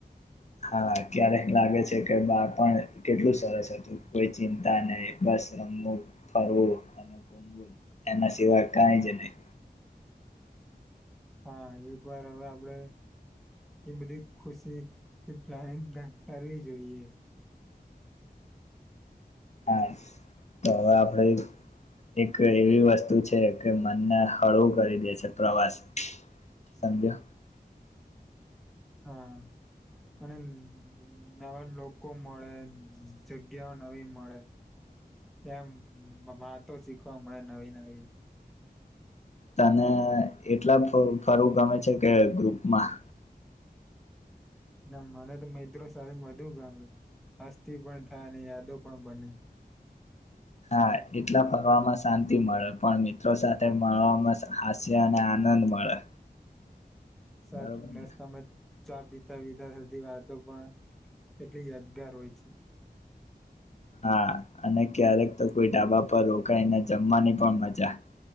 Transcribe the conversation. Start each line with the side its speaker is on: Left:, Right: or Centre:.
Left: હા ક્યારેક લાગે છે કે બા પણ કેટલું સરસ હતું કોઈ ચિંતા નહી બસ રમવું ફરવું અને ગૂવું એના સિવાય કઈ જ નહી
Centre: હા એક વાર હવે આપણેે એ બધી ખુશીથી પ્લાનિંગ કરવી જોઈએ
Left: હા તો હવે આપણે એક એવી વસ્તુ છે કે મનને હળવું કરી દે છે પ્રવાસ સમજો
Centre: હા અને નવા લોકો મળે જગ્યાઓ નવી મળે ત્યા વાતો શીખવા મળે નવી નવી
Left: તને એકલા ફરવું ફરું ગમે છે કે ગ્રુપમાં
Centre: ના મને તો મિત્રો સાથે વધુ ગમે હસ્તી પણ થાય અને યાદો પણ બને.
Left: હા એકલા ફરવામાં શાંતિ મળે પણ મિત્રો સાથે મળવામાં હાસ્ય અને આનંદ મળે.
Centre: સાચું
Left: બરોબર ને
Centre: મેસ તમે ચા પીતા પીતા થતી વાતો પણ એટલી યાદગાર હોય છે.
Left: હા અને ક્યારેક તો કોઈ ઢાબા પર રોકાઈને જમવાની પણ મજા